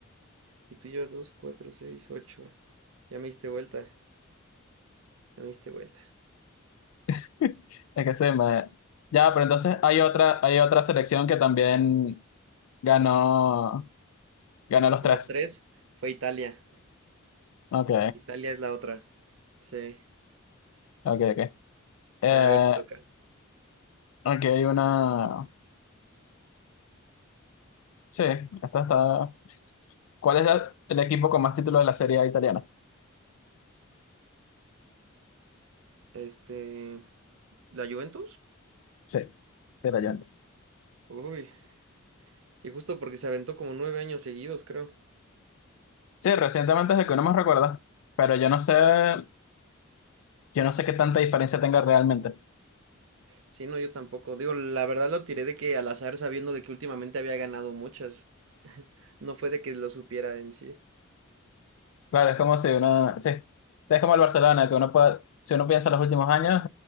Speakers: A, on the right; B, on the left.
A: Y tú llevas dos cuatro seis ocho Ya me diste vuelta, ya me diste vuelta.
B: <laughs> Es que sí me... Ya, pero entonces hay otra, hay otra selección que también ganó, ganó los
A: Los
B: tres.
A: tres fue Italia.
B: Ok,
A: Italia es la otra. Sí.
B: ok, ok. Eh,
A: A ver, te toca.
B: ok, hay una... Sí, esta está... ¿Cuál es la- el equipo con más títulos de la Serie A italiana?
A: Este, ¿la Juventus?
B: Sí, Rayante.
A: Uy, y justo porque se aventó como nueve años seguidos, creo.
B: Sí, recientemente es el que uno más recuerda, pero yo no sé, yo no sé qué tanta diferencia tenga realmente.
A: Sí, no, yo tampoco. Digo, la verdad lo tiré de que al azar sabiendo de que últimamente había ganado muchas. No fue de que lo supiera en sí.
B: Claro, es como si uno, sí, es como el Barcelona, que uno puede, si uno piensa en los últimos años,